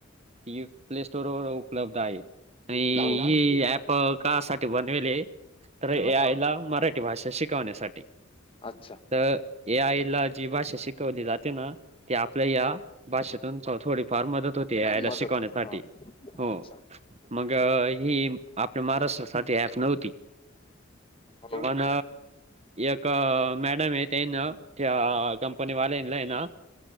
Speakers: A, on the right; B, on the left.
A: ती प्ले स्टोर व उपलब्ध आहे. आणि
B: हो
A: ह ऍप कायासाठी बनेल तर ए यायला मराठी हि भाषा शिकवण्यासाठी.
B: अच्छा!
A: तर ए आईला जी भाषा शिकवली जाते ना, ते आपल्या या भाषेतून थोडीफार मदत होते ए याला
B: मदत
A: शिकवण्यासाठी.
B: होत हा
A: हो
B: अच्छा
A: मग ही आपल्या महाराष्ट्रासाठी ऍप नव्हती.
B: हो
A: पण, एक मॅडम ये तेना त्या कंपनी वालानलाईना